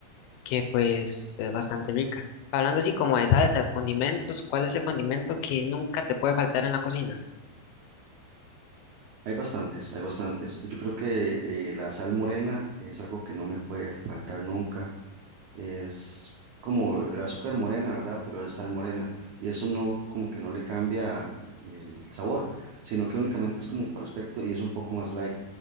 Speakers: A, on the left; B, on the right.
A: que pues es bastante rica. Hablando así como de salsas, condimentos, ¿cuál es el condimento que nunca te puede faltar en la cocina?
B: Hay bastantes, hay bastantes. Yo creo que eh, la sal morena es algo que no me puede faltar nunca. es como el azúcar morena, ¿verdad? Pero es sal morena y eso no como que no le cambia el sabor, sino que únicamente es como por aspecto y es un poco más light.